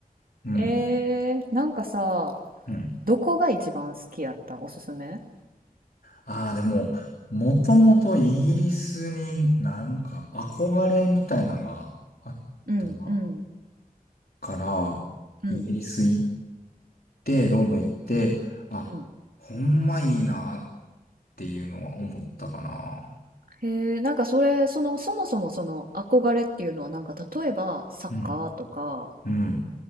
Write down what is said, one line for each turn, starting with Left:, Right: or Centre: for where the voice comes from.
Left: うん。
Right: えー、なんかさ、
Left: うん。
Right: どこが一番好きやったおすすめ
Left: ああ、でも、もともとイギリスになんか憧れみたいなのがあったな
Right: うん、うん、
Left: からイギリス行っ
Right: うん、
Left: て、ロンドン行って、あ、
Right: うん、うん。
Left: ほんまいいなっていうのは思ったかな。
Right: へえ、なんかそれ、その、そもそもその憧れっていうのは、なんか例えばサッカーとか、
Left: うん。うん。